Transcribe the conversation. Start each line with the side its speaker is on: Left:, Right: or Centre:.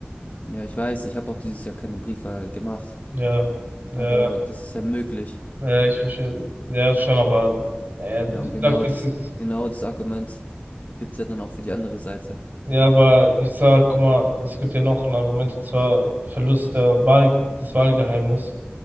Left: Ja, ich weiß, ich habe auch dieses Jahr keine Briefwahl gemacht,
Right: Ja, ja,
Left: aber das ist ja möglich.
Right: ja, ich verstehe. Ja, schon, aber äh,
Left: Ja,
Right: ich
Left: und genau
Right: sag, das
Left: das,
Right: ist.
Left: genau das Argument gibt's ja dann auch für die andere Seite.
Right: Ja, aber ich sag, guck mal, es gibt ja noch ein Argument, und zwar Verlust der Wahl, des Wahlgeheimnisses.